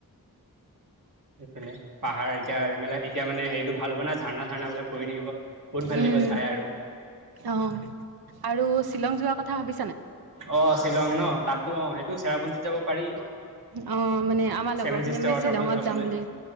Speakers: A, on the right; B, on the right.
A: এইফালে পাহাৰ এতিয়া এইফাল এতিয়া মান হেৰিটো ভাল হ'ব না ঝাৰণা ৰ্ণা বলে পৰি থাকিব, বহুত ভাল
B: উম,
A: লাগিব। কিবা চাই আৰু।
B: অ আৰু শ্বিলং যোৱা কথা ভাবি -
A: অ শ্বিলং ন, তাতো অ সেইটো চেৰাপঞ্জীত যাব পাৰি।
B: অ মানে আমাৰ লগৰ
A: চেভেন
B: খিনি
A: চিচতাৰ
B: মানে
A: ৱাটাৰফল
B: শ্বিলঙত
A: চাবলৈ
B: যাম বুলি